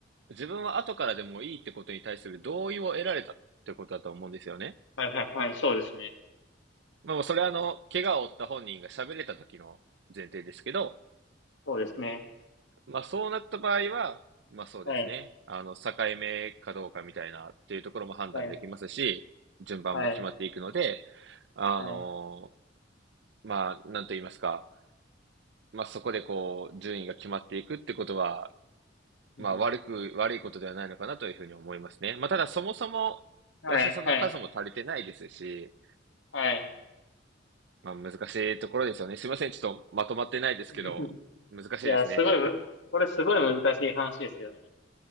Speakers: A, on the right (about 65°); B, on the left (about 75°).
A: 自分は後からでもいいってことに対する同意を得られたってことだと思うんですよね。
B: い、はい、はい、そうですね。
A: まあそれはあの、怪我を負った本人が喋れた時の前提ですけど、
B: そうですね。
A: まあそうなった場合は、まあそうですね。
B: はい、
A: あの、境目かどうかみたいなっていうところも判断できますし、
B: はい、
A: 順番も決まっていくので、
B: はい、
A: あの、
B: はい、
A: まあ、なんと言いますか、まあそこでこう、順位が決まっていくってことは、
B: うん
A: まあ悪く、悪いことではないのかなというふうに思いますね。まあただそもそも、
B: はい、
A: お医者さんの数も足りてないですし、
B: はい、はい。
A: まあ難しいところですよね。すいません。ちょっとまとまってないですけど、
B: <laughs>
A: 難しいですね。
B: いや、すごいむ、これすごい難しい話ですよね。